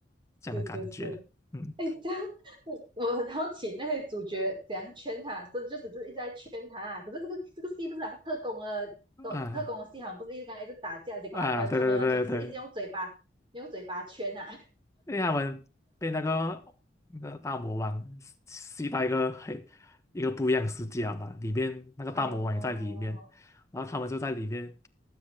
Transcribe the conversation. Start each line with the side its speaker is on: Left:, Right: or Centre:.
Left: 这样的感觉。
Right: 是是是。
Left: 嗯
Right: <laughs> 哎，这样我我很好奇那些主角怎样圈他，真就只是一直在圈他啊、可是这个这个戏不是好像特工的，都特工的戏好像不是一直跟他一直打架，
Left: 啊
Right: 结果还完他们完全就是一直用嘴巴用嘴巴圈啊。
Left: 啊，对对对对对，因为他们被那个那个大魔王吸到一个黑一个不一样的世界了嘛，里面那个大魔王也在里面，
Right: <laughs> 哦，
Left: 然后他们就在里面。